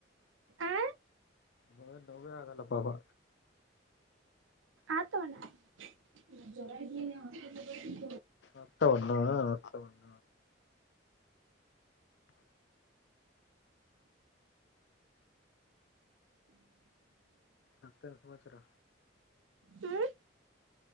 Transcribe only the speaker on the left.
ನಾವೇನ್ ನೋವೇ ಆಗಲ್ಲ ಬಾಬಾ.
ಅತ್ತವನ ಆತವನ. ಮತ್ತೇನ್ ಸಮಾಚಾರ.